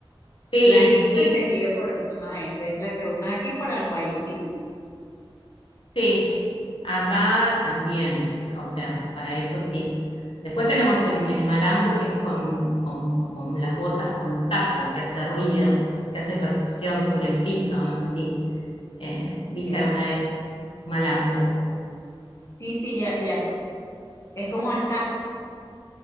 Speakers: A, on the left; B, on the left.
A: sí,
B: Planito
A: sí.
B: y tejido por... Ajá, esa es la que usan aquí para los bailes típicos.
A: Sí, acá también, o sea, para eso sí. Después tenemos el, el malambo, que es con, con- con las botas con taco, que hace ruido, que hace percusión sobre el piso. No sé si eh, viste
B: Eh,
A: alguna vez malambo.
B: sí, sí, ya, ya. Es como el tap.